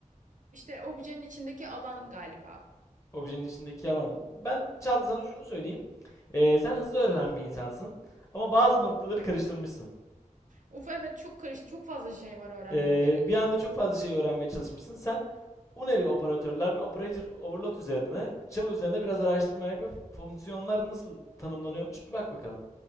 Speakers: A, on the right (about 70°); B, on the left (about 20°).
A: İşte objenin içindeki alan galiba.
B: Objenin içindeki alan. Ben Çağla sana şunu söyleyeyim. Eee, sen hızlı öğrenen bir insansın. Ama bazı noktaları karıştırmışsın.
A: Of evet çok karışık çok fazla şey var öğrenmem
B: Ee,
A: gereken.
B: bir anda çok fazla şey öğrenmeye çalışmışsın. Sen Unary operatörler ve operator overload üzerine, Java üzerinde biraz araştırma yap ve fonksiyonlar nasıl tanımlanıyormuş bir bak bakalım.